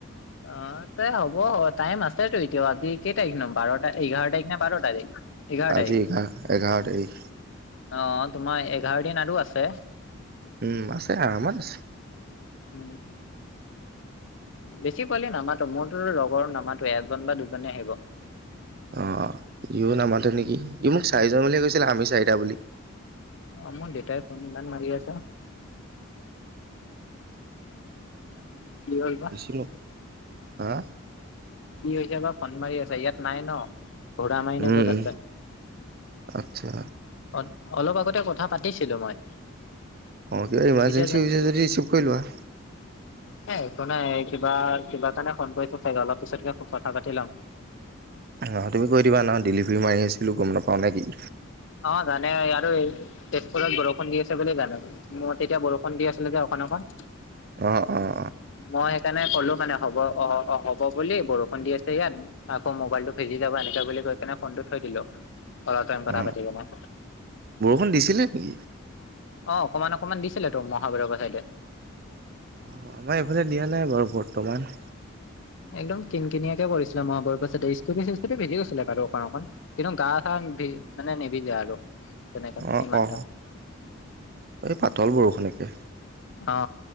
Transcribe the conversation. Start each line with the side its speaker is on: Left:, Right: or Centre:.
Left: অ ত হ'ব টাইম আছেতো এতিয়া আজি কেই তাৰিখ ন বাৰটা এঘাৰ তাৰিখ নে বাৰ তাৰিখ এঘাৰ
Right: আজি
Left: তাৰিখ
Right: এঘাৰ এঘাৰ তাৰিখ
Left: অ তোমাৰ এঘাৰ দিন আৰু আছে।
Right: উম আছে আৰামত আছে।
Left: উম বেছি পোৱালে নামাতো মোৰতো লগৰ নামাতো এজন বা দুজনে আহিব।
Right: অ ইও নামাতে নেকি ই মোক চাৰিজন বুলিয়ে কৈছিলে আমি চাৰিটা বুলি
Left: অ মোৰ দেউতাই ফোন ইমান মাৰি আছে। কি হ'ল বা
Right: চ হা
Left: কি হৈছে বা ফন মাৰি আছা ইয়াত নাই ন ঘৰা মাই ন
Right: উম
Left: ক'ত
Right: উম
Left: আছে
Right: আচ্ছা
Left: অ অলপ আগতে কথা পাতিছিলো মই
Right: অ কিবা ইমাৰজেঞ্চি
Left: এতিয়া
Right: হৈছে যদি ৰিচিভ কৰি লোৱা
Left: এ একো নাই কিবা কিবা কাৰণে ফোন কৰিছো চাগে অলপ পিছতকে কথা পাতি ল'ম
Right: নহয় তুমি কৈ দিবা নহয় ডেলিভাৰী মাৰি আছিলো গম নাপাওঁ নে কি
Left: অ জানে এয়াটো তেজপুৰত বৰষুণ দি আছে বুলি জানে মুৰত এতিয়া বৰষুণ দি আছিলে যে অকণ অকণ
Right: অহ অহ
Left: মই সেইকাৰণে ক'লো মানে হ'ব অ অ হ'ব বুলি বৰষুণ দি আছে ইয়াত আকৌ মোবাইলটো ফিজি যাব এনেকে বুলি কৈ পিনে ফোনটো থৈ দিলো অলপ টাইম কথা
Right: অ
Left: পাতি কিনে
Right: বৰষুণ দিছিলে নেকি
Left: অ অকমান অকনমান দিছিলে তো মহাবৈৰৱৰ চাইদে
Right: অ আমাৰ এইফালে দিয়া নাই বাৰু বৰ্তমান
Left: একদম কিন কিনিয়াকে পৰিছিলে আমাৰ বৰো পাছত স্কুটি চিচকুটি ভিজি গৈছিলে বাৰু অকণ অকণ কিন্তু গা চা মানে নিবিদে আৰু তেনেকা
Right: অ
Left: ইমানটা
Right: অ এই পাতল বৰষুণ একে
Left: অ